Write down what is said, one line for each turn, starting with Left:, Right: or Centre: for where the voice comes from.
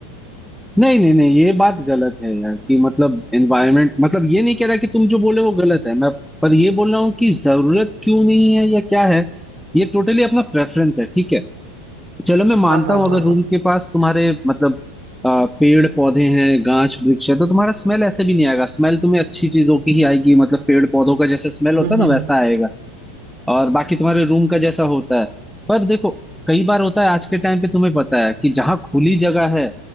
Centre: नहीं नहीं नहीं ये बात गलत है यार कि मतलब एनवायरमेंट मतलब ये नहीं कह रहा कि तुम जो बोले वो गलत है मैं पर ये बोल रहा हूँ कि जरूरत क्यों नहीं है या क्या है ये टोटली अपना प्रेफरेंस है ठीक है चलो मैं मानता
Right: हाँ हाँ
Centre: हूँ
Right: हाँ
Centre: अगर रूम
Right: हाँ
Centre: के पास तुम्हारे मतलब आ, पेड़ पौधे हैं गाछ वृक्ष है तो तुम्हारा स्मेल ऐसे भी नहीं आएगा स्मेल तुम्हें अच्छी चीजों की ही आएगी मतलब पेड़ पौधों का जैसे स्मेल होता
Right: हम्म
Centre: है
Right: हम्म
Centre: ना वैसा
Right: हम्म।
Centre: आएगा और बाकी तुम्हारे रूम का जैसा होता है पर देखो कई बार होता है आज के टाइम पे तुम्हें पता है कि जहाँ खुली जगह है